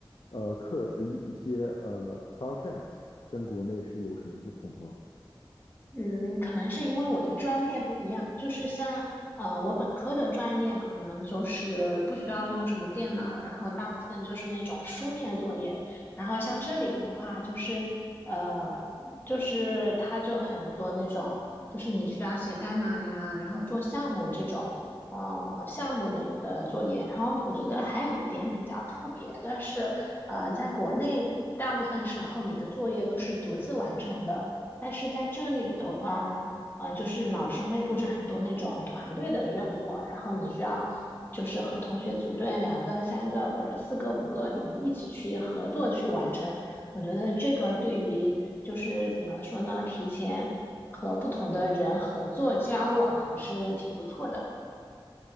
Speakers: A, on the left; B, on the left.
A: 呃课一一些呃 project？跟国内是有什么不同吗？
B: 嗯，可能是因为我的专业不一样，就是像呃，我本科的专业可能就是不需要用什么电脑，然后大部分就是那种书面作业，然后像这里的话，就是呃，就是它就很多那种，就是你需要写代码呀，然后做项目这种哦项目类的作业，然后我觉得还有一点比较特别的是，呃，在国内大部分时候你的作业都是独自完成的。但是在这里的话，呃，就是老师会布置很多那种团队的任务，然后你需要就是和同学组队，两个、三个或者四个、五个，你们一起去合作去完成。我觉得这个对于就是怎么说呢，提前和不同的人合作交往还是挺不错的。